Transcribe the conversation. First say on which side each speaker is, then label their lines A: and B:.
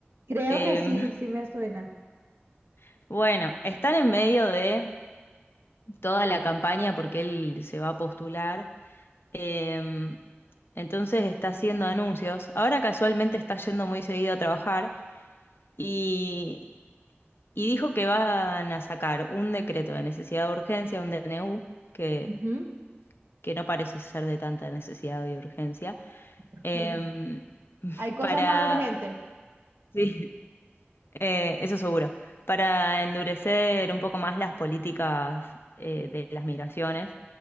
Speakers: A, on the right; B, on the left.
A: Creo
B: Em,
A: que sí, sí me suena.
B: <laughs> bueno, están en medio de toda la campaña porque él se va a postular. Em, entonces está haciendo anuncios. Ahora casualmente está yendo muy seguido a trabajar. y, y dijo que van a sacar un decreto de necesidad de urgencia, un DNU, que,
A: Ujú.
B: que no parece ser de tanta necesidad y urgencia,
A: <laughs>
B: em,
A: Hay cosas
B: para,
A: más urgentes.
B: <laughs> sí, eh, eso seguro, para endurecer un poco más las políticas eh, de las migraciones.